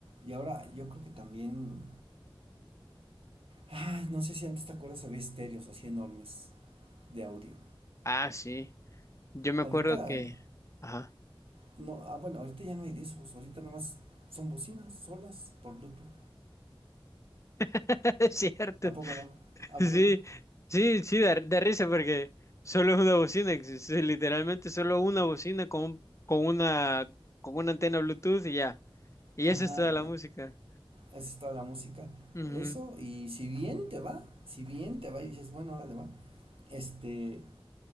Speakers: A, on the right (about 80°); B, on the left (about 30°).
A: Y ahora yo creo que también, ay, no sé si antes te acuerdas, había estéreos así enormes de audio.
B: ah, sí. Yo me
A: Ahorita,
B: acuerdo que, ajá,
A: no, ah, bueno, ahorita ya no hay de esos, ahorita nomás son bocinas solas por Bluetooth.
B: <laughs> es cierto.
A: ¿A poco no? ¿A
B: Sí,
A: poco no?
B: sí, sí, da, da risa porque solo es una bocina, es- es literalmente solo una bocina con, un- con una, con una antena Bluetooth y ya. Y
A: Ajá,
B: eso es toda la música.
A: esa es toda la música.
B: Ujú,
A: Eso, y si bien te va, si bien te va y dices, bueno, ahora le va, este,